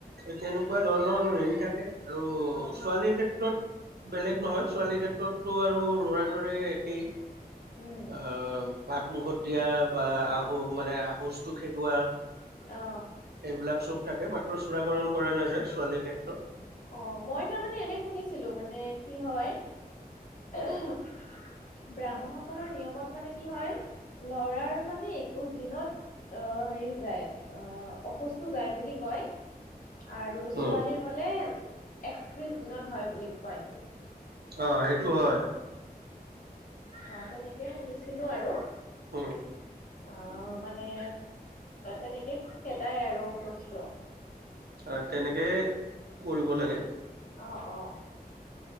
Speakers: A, on the right (about 80°); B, on the left (about 55°).
A: এই তেনেকুৱা ধৰণৰ হেৰি থাকে আৰু
B: অ',
A: ছোৱালীৰ ক্ষেত্ৰত বেলেগ নহয় ছোৱালীৰ ক্ষেত্ৰতটো আৰু লৰা দৰে একেই।
B: উম,
A: আহ ভাত মুখত দিয়া বা আহ মানে আহোচটো খেদোৱা।
B: অ।
A: এইবিলাক চব থাকে মাত্ৰ চূড়াকৰণ কৰা নাযায় ছোৱালীৰ ক্ষেত্ৰত।
B: অ মই তাৰমানে এনে শুনিছিলো মানে কি হয় ব্ৰাহ্মণ সকলৰ নিয়মত মানে কি হয় ল'ৰাৰ মানে একৈশ দিনত অ হেৰি যায় অ অসুচটো যায় বুলি কয় আৰু ছোৱালীৰ
A: উম
B: হলে একত্ৰিশ দিনত হয় বুলি কয়
A: অ সেইটো হয়
B: অহ তেনেকে শুনিছিলো আৰু
A: উম
B: অ মানে তেনেকে খেদাই আৰু সুচটো
A: অ তেনেকেই কৰিব লাগে
B: অ অ